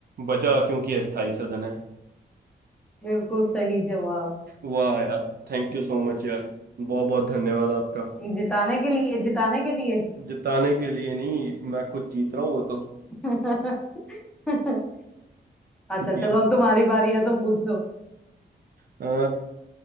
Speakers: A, on the right (about 60°); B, in the centre.
A: बचा क्योंकि अस्थाई सदन है
B: बिल्कुल सही जवाब
A: वाह यार थैंक यू सो मच यार बहुत बहुत धन्यवाद आपका
B: जिताने के लिए जिताने के लिए
A: जिताने के लिए नहीं मैं खुद जीत रहा हूँ वो तो
B: <laughs>
A: ठीक
B: अच्छा
A: है
B: चलो अब तुम्हारी बारी है तुम पूछो
A: अ,